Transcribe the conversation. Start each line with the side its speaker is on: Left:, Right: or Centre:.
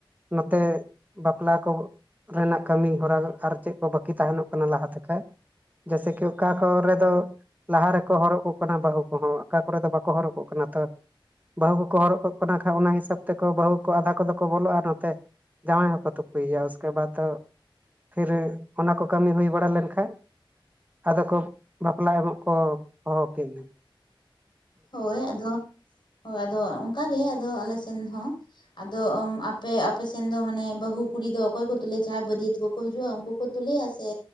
Right: ᱱᱚᱛᱮ ᱵᱟᱯᱞᱟ ᱠᱚ ᱨᱮᱱᱟᱜ ᱠᱟᱹᱢᱤ ᱦᱚᱨᱟ ᱟᱨ ᱪᱮᱫ ᱠᱚ ᱵᱟᱹᱠᱤ ᱛᱟᱦᱮᱱᱚᱜ ᱠᱟᱱᱟ ᱞᱟᱦᱟ ᱛᱮᱠᱟᱭ ᱡᱮᱭᱥᱮᱼᱠᱤ ᱚᱠᱟ ᱠᱚᱨᱮ ᱫᱚ ᱞᱟᱦᱟ ᱨᱮᱠᱚ ᱦᱚᱨᱚᱜ ᱠᱟᱠᱚ ᱠᱟᱱᱟ ᱵᱟᱹᱦᱩ ᱠᱚᱦᱚᱸ ᱚᱠᱟ ᱠᱚᱨᱮ ᱫᱚ ᱵᱟᱠᱚ ᱦᱚᱨᱚᱜ ᱠᱚᱜ ᱠᱟᱱᱟ ᱛᱚ ᱵᱟᱹᱦᱩ ᱠᱚᱠᱚ ᱦᱚᱨᱚᱜ ᱠᱟᱠᱚ ᱠᱟᱱᱟ ᱠᱷᱟᱭ ᱚᱱᱟ ᱦᱤᱥᱟᱹᱵ ᱛᱮᱠᱚ ᱵᱟᱹᱦᱩ ᱠᱚ ᱟᱫᱷᱟ ᱠᱚᱫᱚ ᱠᱚ ᱵᱚᱞᱚᱜ-ᱟ ᱟᱨ ᱱᱚᱛᱮ ᱡᱟᱢᱟᱭ ᱦᱚᱸᱠᱚ ᱛᱩᱯᱩ ᱭᱮᱭᱟ ᱩᱥᱠᱮᱵᱟᱫ ᱯᱷᱤᱨ ᱚᱱᱟ ᱠᱚ ᱠᱟᱹᱢᱤ ᱦᱩᱭ ᱵᱟᱲᱟ ᱞᱮᱱ ᱠᱷᱟᱭ ᱟᱫᱚ ᱠᱚ ᱵᱟᱯᱞᱟ ᱮᱢᱚᱜ ᱠᱚ ᱦᱚᱦᱚ ᱠᱮᱜ ᱜᱤ
Left: ᱦᱳᱭ ᱟᱫᱚ ᱦᱳᱭ ᱟᱫᱚ ᱚᱱᱠᱟ ᱜᱮ ᱟᱫᱚ ᱟᱞᱮ ᱥᱮᱱ ᱦᱚᱸ ᱟᱫᱚ ᱟᱯᱮ ᱟᱯᱮᱥᱮᱱ ᱫᱚ ᱢᱟᱱᱮ ᱵᱟᱹᱦᱩ ᱠᱩᱲᱤ ᱫᱚ ᱚᱠᱚᱭ ᱠᱚ ᱛᱩᱞᱟᱹᱭᱟ ᱡᱟᱦᱟᱸᱭ ᱵᱟᱹᱨᱭᱟᱹᱛ ᱠᱚ ᱦᱤᱡᱩᱜᱼᱟ ᱩᱱᱠᱩ ᱠᱚ ᱛᱩᱞᱮᱭᱟ ᱥᱮ